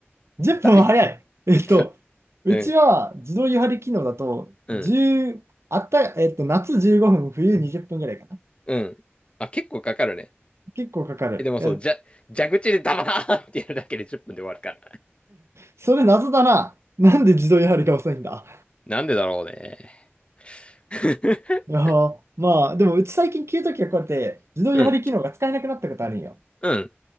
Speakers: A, on the right (about 80°); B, on the left (about 25°).
A: 10分は早い。
B: ら <laughs>
A: えっと、
B: えっと、
A: うちは自動湯張り機能だと、
B: うん、うん、
A: 10、あった、えっと、夏15分、冬20分ぐらいかな。
B: うん。あ、結構かかるね。
A: 結構かかる。
B: え、でもそう、
A: え、
B: じゃ、蛇口でダバーンってやるだけで10分で終わるから。
A: それ謎だな。なんで自動湯張りが遅いんだ。
B: なんでだろうね。<laughs>
A: いやー、まあ、でもうち最近給湯器が壊れて、自動湯張り機能が使えなくなったことあるんよ。
B: うん、う